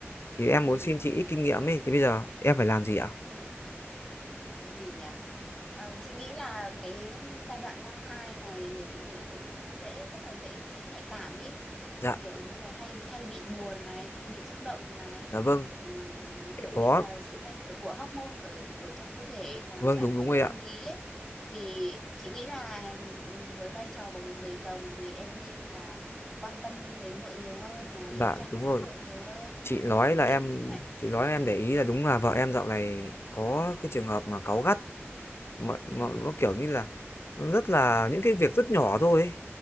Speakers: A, on the left; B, in the centre.
A: Thì em
B: Ừ.
A: muốn xin chị ít kinh nghiệm ấy thì bây giờ em phải làm gì ạ?
B: Làm gì nhỉ? Ờ, chị nghĩ là cái giai đoạn mang thai này người phụ nữ cũng dễ rất là dễ nhạy cảm ấy
A: Dạ,
B: kiểu như là hay hay bị buồn này hay bị xúc động này
A: dạ vâng,
B: Ừm, kiểu
A: có
B: như là sự thay đổi của hormone ở ở trong cơ thể làm
A: Vâng
B: cho
A: đúng
B: ảnh hưởng
A: đúng
B: đến
A: rồi ạ.
B: tâm lý ấy thì chị nghĩ là ừm, với vai trò của một người chồng thì em nên là quan tâm đến vợ nhiều hơn này
A: Bạn
B: chăm
A: đúng
B: sóc
A: rồi.
B: vợ nhiều hơn
A: Chị
B: Ừm,
A: nói
B: đấy
A: là em
B: kiểu như vậy
A: chị nói em để ý là đúng là vợ em dạo này có cái trường hợp mà cáu gắt mà, mà
B: ừ
A: nó kiểu như là nó rất là những cái việc rất nhỏ thôi ấy.